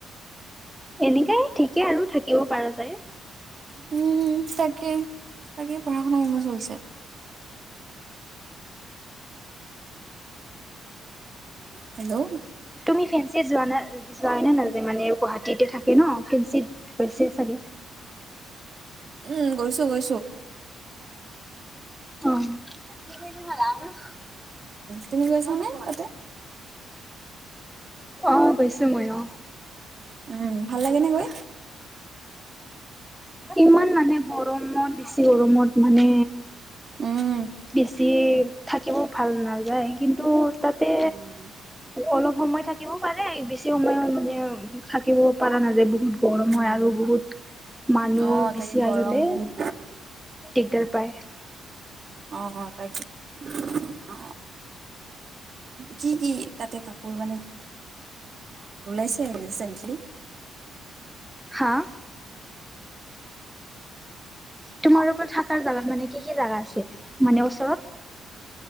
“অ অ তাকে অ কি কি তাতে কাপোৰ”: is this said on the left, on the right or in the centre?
Right